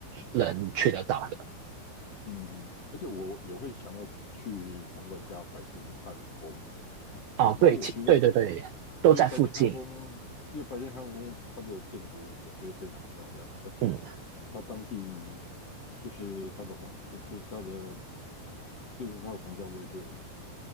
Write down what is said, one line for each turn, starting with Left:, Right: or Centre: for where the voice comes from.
Right: 能去得到的。
Left: 嗯嗯，而且我也会想要去参观一下北京汉宫。对，
Right: 啊，哦对，
Left: 因为我觉得。
Right: 对对对，都在附近。
Left: 因为白金汉宫，因为白金汉宫它的建筑我觉得非常漂亮，而且它当地
Right: 嗯，
Left: 就是它的皇，就是它的就是它的皇家卫队